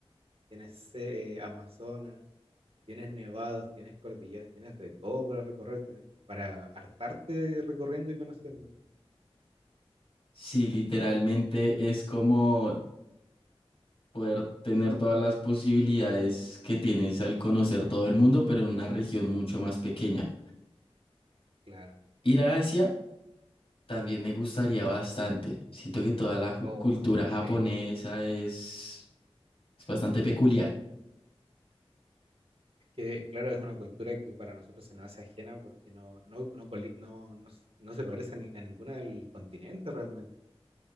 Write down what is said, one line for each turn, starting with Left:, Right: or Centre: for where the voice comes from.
Right: tienes eh, Amazonas. tienes nevados, tienes cordilleras, tienes de todo para recorrer, tienes para hartarte recorriendo y conociendo.
Left: Sí, literalmente es como poder tener todas las posibilidades que tienes al conocer todo el mundo, pero en una región mucho más pequeña.
Right: Claro.
Left: Ir a Asia también me gustaría bastante. Siento que toda la ju-
Right: Oh,
Left: cultura
Right: sí.
Left: japonesa es, es bastante peculiar.
Right: Es que, claro, es una cultura que para nosotros se nos hace ajena porque no, no, no, coli- no, no s- no se parece a, ni- a ninguna del continente realmente.